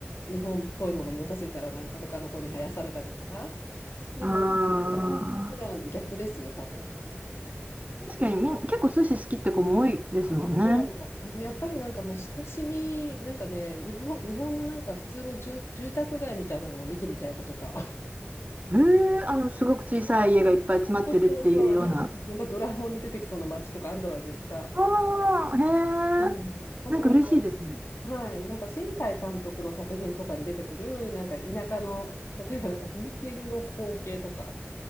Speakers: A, on the left; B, on the right.
A: 日本っぽいものを持たせたらなんか他の子に生やされたりとか。でも
B: ああ、
A: 今は逆ですよ、多分。
B: 確かにみん、結構寿司好きって子も多いですもんね。
A: そう、あとやっぱりなんかもう親しみ、なんかね、日本、日本のなんか普通の住、住宅街みたいなのを見てみたいことか。
B: へえあの、すごく小さい家がいっぱい詰まってるっていうような。
A: <laughs> そうそう、<laughs> あの、なんかドラえもんに出てきそうな街とかあるじゃないですか。
B: ああ、へえ、
A: うん、あと
B: なんか嬉しいですね。
A: はい、なんか新海監督の作品とかに出てくるなんか田舎の例えばなんか踏切の光景とか